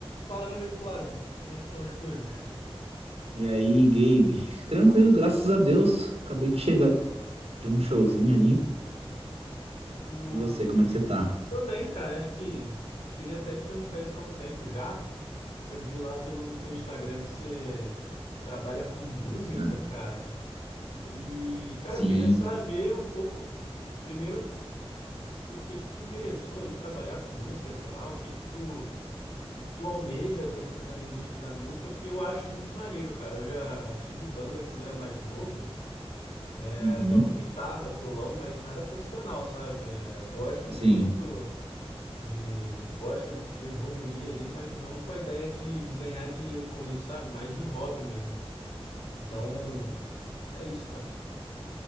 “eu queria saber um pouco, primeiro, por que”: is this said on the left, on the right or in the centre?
Left